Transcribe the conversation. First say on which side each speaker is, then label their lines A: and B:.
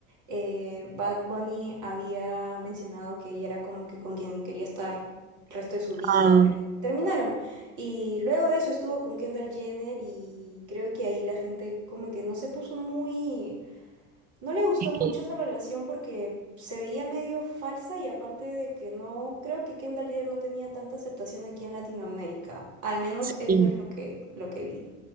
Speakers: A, on the right; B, on the right.
A: eh, Bad Bunny había mencionado que ella era como que con quien quería estar el resto de su vida,
B: Ah,
A: pero terminaron. Y luego de eso estuvo con Kendall Jenner y creo que ahí la gente como que no se puso muy no le gustó
B: Es
A: mucho
B: que
A: esa relación porque se veía medio falsa y aparte de que no, creo que Kendall Jenner no tenía tanta aceptación aquí en Latinoamérica. Al menos
B: sí.
A: eso es lo que, lo que vi.